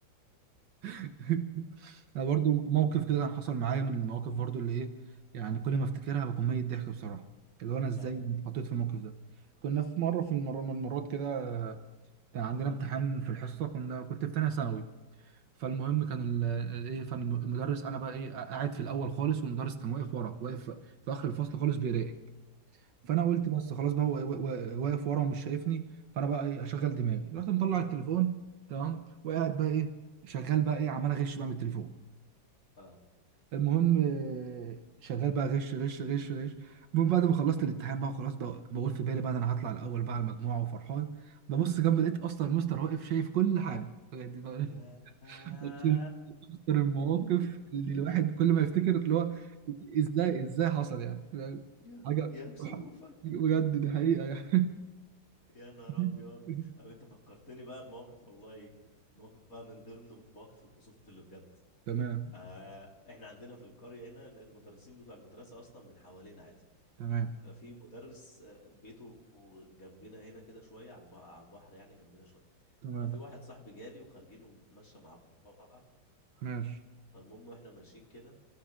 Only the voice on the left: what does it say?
ايوه
امم
اه
يا
<laughs>
يا
يا كسوفك
يا نهار
ابيض أو انت فكرتني بقى بموقف والله موقف بقى من ضمن مواقف الكسوف اللي بجد
آه احنا عندنا في القرية هنا المدرسين بتوع المدرسة اصلا من حوالينا عادي
ففي مدرس آه، بيته جنبنا هنا كده شوية على الب- على البحر يعني جنبنا شوية
ففي واحد صاحبي جالي وخارجين وبنتمشى مع بعض
فالمهم واحنا ماشيين كده